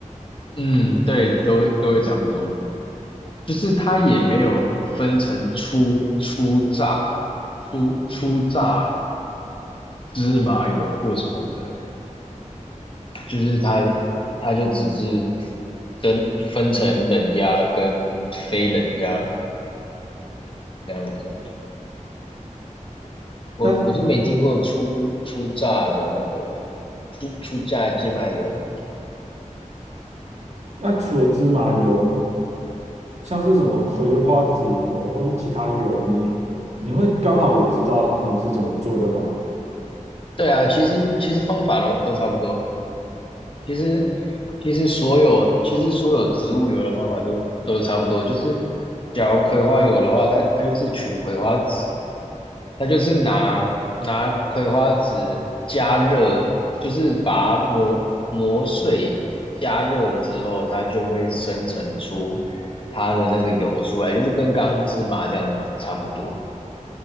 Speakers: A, on the left; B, on the right.
A: 嗯，对，都会都会差不多，就是它也没有分成初初榨、初初榨芝麻油或什么的，就是它它就只是分分成冷压跟非冷压这样子。我我是没听过出出榨的那个
B: 那
A: 出出初榨鸡麻油。
B: 那除了芝麻油，像是什么葵花籽油或是其他油，你你会刚好也知道他们是怎么做的吗？
A: 对啊，其实其实方法都都差不多。其实其实所有其实所有植物油的方法都都差不多，就是假如葵花油的话，它它就是取葵花籽，它就是拿拿葵花籽加热，就是把它磨磨碎加热之后，它就会生成出它的那个油出来，就是跟刚刚芝麻这样差不多。